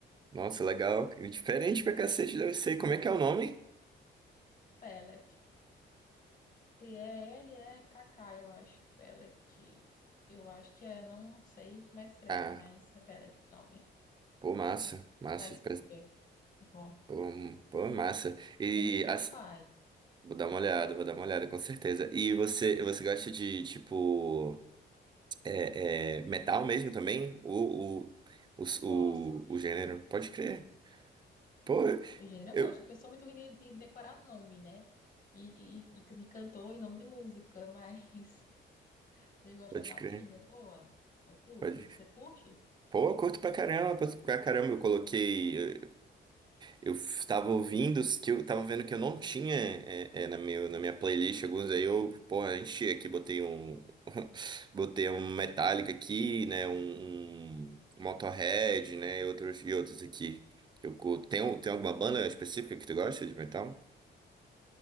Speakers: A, on the right (about 25°); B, on the left (about 45°).
A: Nossa, legal. Diferente pra cacete, deve ser. Como é que é o nome?
B: Pelec. P-E-L-E-K-K, eu acho. Pelec. Eu acho que é, não sei como é que escreve,
A: Ah,
B: mas é Pelec o nome.
A: pô, massa. Massa
B: Faz
A: de
B: Google. Bom.
A: Pô, hum, pô, massa. E
B: Tem no Spotify.
A: assim, vou dar uma olhada, vou dar uma olhada, com certeza. E você, você gosta de, tipo, é, é, metal mesmo também? O, o, o, o,
B: Gosto.
A: o gênero? Pode crer. Pô,
B: O gênero eu
A: eu.
B: gosto, porque eu sou muito ruim de, de decorar nome, né? E, e- e de cantor e nome de música, mas <laughs> eu gosto
A: Pode
B: da batida,
A: crer.
B: é boa. Eu curto.
A: Pode.
B: Você curte?
A: Pô, eu curto pra caramba, pra pra caramba, eu coloquei. Eu, eu, eu eu tava ouvindo os que eu tava vendo que eu não tinha é, é, na, meu, na minha playlist alguns, aí eu, porra, enchi aqui, botei um. <laughs> Botei um Metallica aqui, né? Um, um Motorhead, né? E outros, e outros aqui que eu curto. Tem, um- tem alguma banda específica que tu gosta de metal?